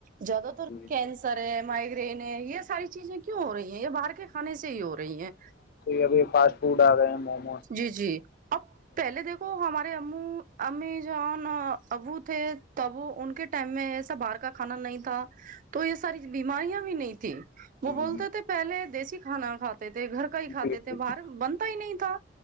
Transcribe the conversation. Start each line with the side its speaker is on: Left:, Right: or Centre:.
Right: زیادہ تر
Left: جی
Right: کینسر ہے مائگرین ہے یہ ساری چیزیں کیوں ہو رہی ہیں یہ باہر کے کھانے سے ہی ہو رہی ہیں
Left: بھی فاسٹ فوڈ آ گئے ہیں موم
Right: جی جی اب پہلے دیکھو ہمارے امی جان ابو تھے تب وہ ان کے ٹائم میں ایسا باہر کا کھانا نہیں تھا تو یہ ساری بیماریاں بھی نہیں تیں
Left: جی
Right: وہ بولتے
Left: جی
Right: تھے پہلے دیسی ک کانا کت تھے گھر کا ہی
Left: جی
Right: کاتے
Left: جی،
Right: تھے باہر بنتا ہی نہیں تو